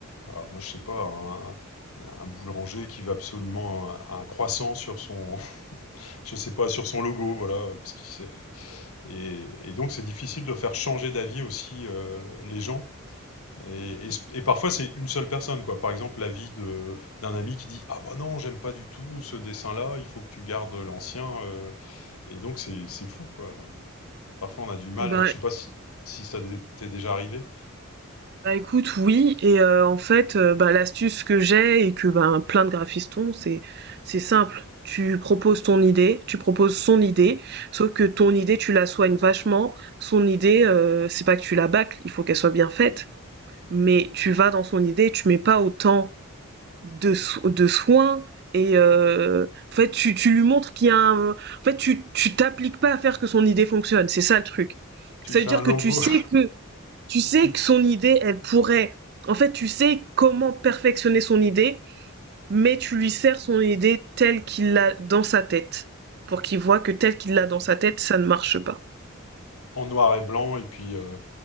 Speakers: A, on the left (about 80°); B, on the right (about 50°).
A: ah, moi je sais pas, un, un boulanger qui veut absolument un, un croissant sur son, <laughs> je sais pas, sur son logo, voilà. Parce qu'il s'est- et, et donc c'est difficile de faire changer d'avis aussi euh, les gens. Et, et- et parfois, c'est une seule personne, quoi. Par exemple, l'avis de, d'un ami qui dit, Ah bah non, j'aime pas du tout ce dessin-là, il faut que tu gardes l'ancien. euh. Et donc, c'est, c'est fou, quoi. Parfois, on a du mal,
B: Bah
A: je sais pas si, si ça dé- t'est déjà arrivé.
B: bah, écoute, oui et heu, en fait, heu, bah, l'astuce que j'ai et que, ben, plein de graphistes ont, c'est c'est simple. Tu proposes ton idée, tu proposes son idée, sauf que ton idée, tu la soignes vachement. Son idée, heu, c'est pas que tu la bâcles, il faut qu'elle soit bien faite, mais tu vas dans son idée, tu mets pas autant de so de soins et heu, en fait, tu tu lui montres qu'il y a un en fait, tu tu t'appliques pas à faire que son idée fonctionne, c'est ça le truc.
A: Tu
B: Ça
A: fais
B: veut dire
A: un logo
B: que tu sais que tu sais
A: <laughs> tu,
B: que son idée, elle pourrait. En fait, tu sais comment perfectionner son idée, mais tu lui sers son idée telle qu'il l'a dans sa tête, pour qu'il voit que telle qu'il l'a dans sa tête, ça ne marche pas.
A: en noir et blanc et puis euh,